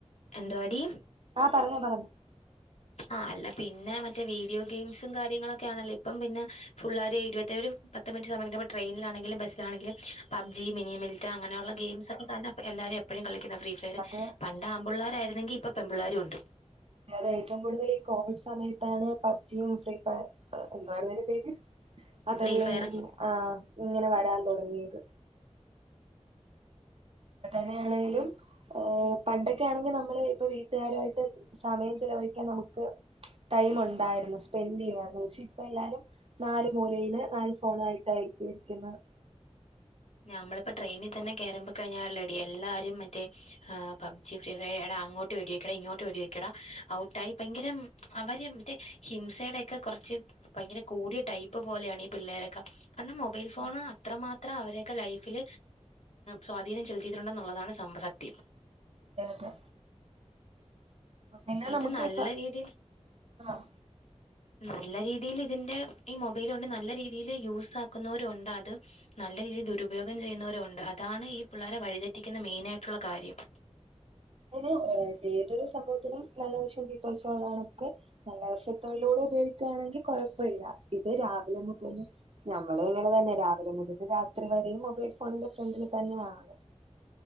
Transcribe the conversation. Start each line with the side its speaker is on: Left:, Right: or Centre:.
Left: എന്തവാടി
Right: ആഹ പറഞ്ഞോ പറഞ്ഞോ
Left: ആ അല്ല പിന്നെ മറ്റേ വീഡിയോ ഗെയിംസും കാര്യങ്ങളൊക്കെ ആണല്ലോ ഇപ്പം പിന്നെ ഫുള്ളർ എഴുപത്തര് പ റ്റ സമയ ഇപ്പപ്പോട്രെയിനാണെങ്കിലും ബസിലാണെങ്കില പബ്ജി മിനി മിലറ്റ അനെയുള്ള ഗെയിംസ് ഒക്കെ തെ എല്ലാവരും എപ്പോഴും കളിക്കുന്ന ഫ്രീ ഫയർ
Right: അത്
Left: പണ്ട ആമ്പിള്ളാരരായിരെങ്കിൽ ഇപ്പൊ പെമ്പിള്ളേരുും ഉണ്ട്.
Right: വേറെ ഏറ്റവും കൂടുതൽ ഈ കോവിഡ് സമയത്താണ് പബ്ജിയും ഫ്രീ ഫയർ എന്തു പറുന്നതിന്റെ പേര് അതല്ലെ
Left: ഫ്രീ ഫയർ
Right: ആ ഇങ്ങനെ വരാൻ തുടങ്ങിയത്. ഇ തന്നെയാണെങ്കിലും ഏ പണ്ടൊക്കെ ആണെങ്കിൽ നമ്മള് ഇപ്പൊ വീട്ടുകാരുയിട്ട് സമയം ചെലവഴിക്കൻ നമുക്ക് ടൈം ഉണ്ടായിരുന്നു സ്പെൻഡ് ചെയ്യുായിരുന്നു പക്ഷെ ഇപ്പ എല്ലാരും നാല് മൂലയില് നാല് ഫോണ ആയിട്ട്യിരിക്കരിക്കുന്നത്.
Left: ഞമ്മളിപ്പോ ട്രെയിനിൽ തന്നെ കേയറമ്പോ കഴിഞ്ഞാൽ ടി എല്ലാരും മറ്റേ ആ പബ്ജി ഫ്രീ ഫയർടാ അങ്ങോട്ട് വേടിവെക്കടാ ഇങ്ങോട്ട് വേടിവെക്കടാ ഔട്ടായി ഭയങ്കരം അവര് മറ്റേ ഹിംസയുടെൊക്കെ കുറച്ച് ഭയങ്കര കൂടിയ ടൈപ്പ് പോലെയാണ് ഈ പിള്ളേരൊക്കെ കാരണം മൊബൈൽ
Right: അതാ
Left: ഫോണ് അത്രമാത്രം അവരെ ഒക്കെ ലൈഫിൽ സ്വാധീനം ചെലുത്തിയിട്ടുണ്ടെന്നുള്ളതാണ് സ സത്യം.
Right: അതെ അതെ പിന്നെ
Left: ഇത്
Right: നമുക്ക്
Left: നല്ല
Right: ഇപ്പ
Left: രീതിയിൽ
Right: ആഹ്
Left: നല്ല രീതിൽ ഇതിന്റെ ഈ മൊബൈൽ കൊണ്ട് നല്ല രീതിയിൽ യൂസ ആാക്കുന്നവരുണ്ട് അത് നല്ല രീതിയിൽ ദുരുപയോഗം ചെയ്യുന്നവരു ഉണ്ട് അതാണ് ഈ പിള്ളേരെ വഴിതെറ്റിക്കുന്ന മെയിന ആായിട്ടുള്ള കാര്യം.
Right: പിെ ഏതൊരു സംഭവത്തിനും നല്ലവശം തീത്ത വച്ചള്ളാണ് നമക്ക് നല്ല വശത്തൊഴിലൂടെ ഉപയോഗിക്കുകയാണെങ്കിൽ കൊഴപ്പ ഇില്ല ഇത് രാവിലെ മുതല് നഞമ്മള് ഇങ്ങനെ തന്നെ രാവിലെ മുതൽ രാത്രി വരെയും മൊബൈൽ ഫോണിന്റെ ഫ്രണ്ടിൽ തന്നെയാണ്.